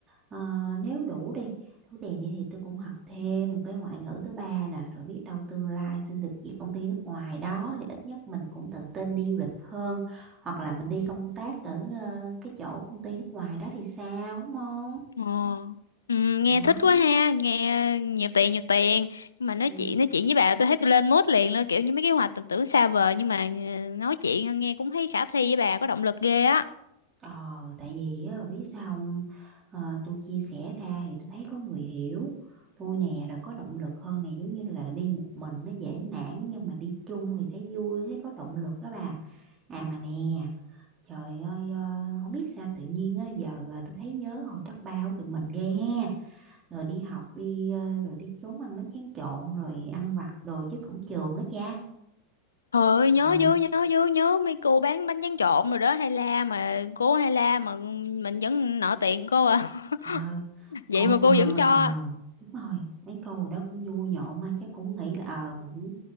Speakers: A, on the right; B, on the left.
A: ờ, nếu đủ đi đủ tiền đi thì tôi cũng học thêm một cái ngoại ngữ thứ ba nè rồi biết đâu tương lai xin được việc công ty nước ngoài đó thì ít nhất mình cũng tự tin đi du lịch hơn hoặc là mình đi công tác ở ờ, cái chỗ công ty nước ngoài đó thì sao đúng không
B: Ờ. Ừ, nghe
A: đó
B: thích quá ha, nghe nhiều tiền nhiều tiền. Nhưng mà nói
A: ừ.
B: chuyện nói chuyện với bà tôi thấy tôi lên mood liền luôn, kiểu như mấy cái hoạch tầm tưởng xa vời nhưng mà ờ, nói chuyện nghe cũng thấy khả thi với bà có động lực ghê á.
A: Ờ, tại vì á, bà biết sao không? Ờ, tôi chia sẻ ra thì tôi thấy có người hiểu tôi nè rồi có động lực hơn này giống như là đi một mình nó dễ nản nhưng mà đi chung thì thấy vui thấy có động lực đó bà à mà nè trời ơi ờ, không biết sao tự nhiên á, giờ ờ, tôi thấy nhớ hồi cấp ba của tụi mình ghê ha rồi đi học đi ờ, rồi đi trốn ăn bánh tráng trộn rồi ăn vặt đồ chứ cổng trường á cha
B: Trời nhớ
A: ờ
B: vô nhớ vô nhớ mấy cô bán bánh tráng trộn rồi đó hay la mà cô hay la mà mình vẫn nợ tiền cô à
A: ờ,
B: <laughs> vậy
A: cô
B: mà
A: ờ
B: cô vẫn cho
A: ờ, đúng rồi mấy cô ở đó cũng vui nhộn mà chắc cũng nghĩ là ờ mình cũng